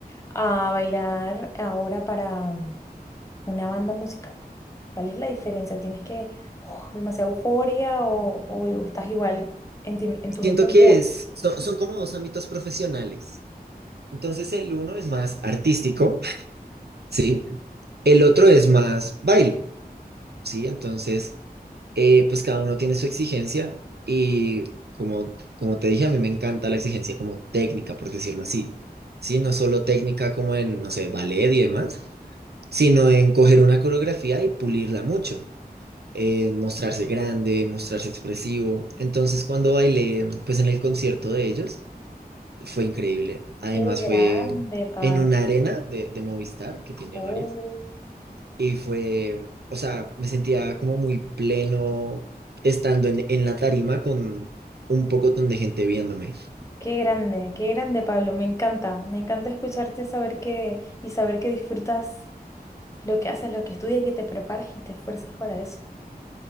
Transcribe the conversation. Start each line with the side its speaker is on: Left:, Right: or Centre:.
Left: a bailar ahora para una banda musical. ¿Cuál es la diferencia? ¿Tienes que, oh, demasiada euforia o, o o estás igual en, ti- en tu
Right: siento
Left: mismo
Right: que
Left: mood?
Right: es, son, son como dos ámbitos profesionales. Entonces el uno es más artístico, <laughs> ¿sí? El otro es más baile, ¿sí? Entonces... eh, pues cada uno tiene su exigencia y como, como te dije, a mí me encanta la exigencia como técnica, por decirlo así. Sí, no solo técnica como en, no sé, ballet y demás, sino en coger una coreografía y pulirla mucho, en mostrarse grande, mostrarse expresivo. Entonces, cuando bailé, pues en el concierto de ellos, fue increíble. Además,
Left: Qué grande,
Right: fue
Left: Pablo.
Right: en una arena de, de Movistar, que tiene
Left: Oh,
Right: varias. Y fue, o sea, me sentía como muy pleno estando en, en la tarima con un pocotón de gente viéndome.
Left: qué grande, qué grande, Pablo. Me encanta, me encanta escucharte saber que y saber que disfrutas lo que haces, lo que estudias, y que te preparas y te esfuerzas para eso.